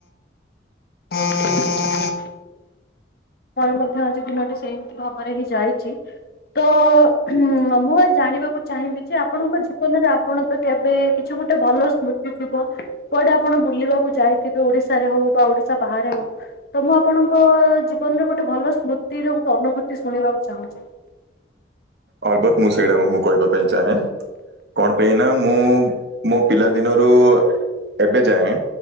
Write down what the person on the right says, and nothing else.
ଅଲବତ୍ ମୁଁ ସେଇଟା ମୁଁ କହିବା ପାଇଁ ଚାହେଁ କଣ ପାଇଁ ନା ମୁଁ ମୋ ପିଲା ଦିନରୁ-ଉ ଏବେ ଯାଏଁ